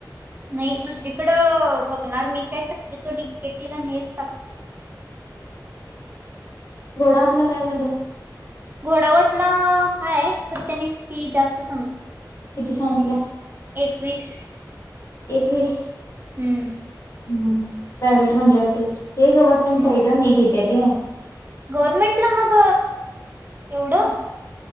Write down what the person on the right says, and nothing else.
नाही दुसरीकडं बघणार मी काय शकते तो डेटीला नेच टाकणार
घोडावतला हाय तर त्यांनी फी जास्त सांगितली
एकवीस
हम्म
हम्म
गव्हर्मेंटला मग एवढं